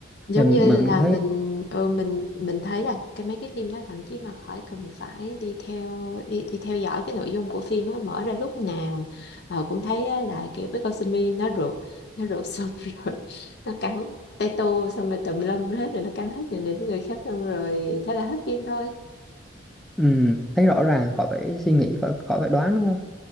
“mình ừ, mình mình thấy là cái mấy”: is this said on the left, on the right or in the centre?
Left